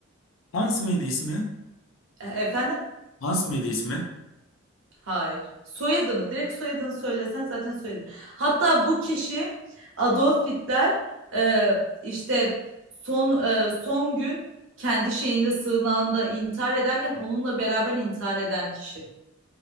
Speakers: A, on the left; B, on the right.
A: Hans mıydı ismi?
B: E- efendim?
A: Hans mıydı ismi?
B: Hayır. Soyadını, direkt soyadını söylesen zaten soyadı. Hatta bu kişi Adolf Hitler e, işte son e, son gün kendi şeyinde sığınağında intihar ederken onunla beraber intihar eden kişi.